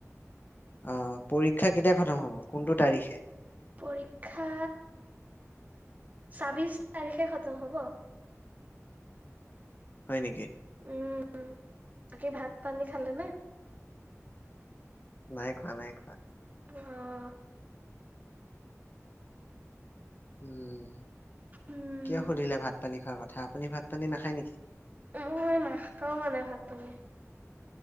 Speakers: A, on the left; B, on the right.
A: অহ, পৰীক্ষা কেতিয়া খতম হব, কোনটো তাৰিখে?
B: পৰীক্ষা ছাব্বিশ তাৰিখে খতম হব।
A: হয় নেকি।
B: উম, বাকী ভাত, পানী খালে নে?
A: নাই খোৱা, নাই খোৱা।
B: অহ
A: উম,
B: উম,
A: কিয় সুধিলে ভাত, পানী খোৱা কথা, আপুনি ভাত, পানী নাখায় নেকি?
B: মই মানে নাখাওঁ মানে ভাত পানী।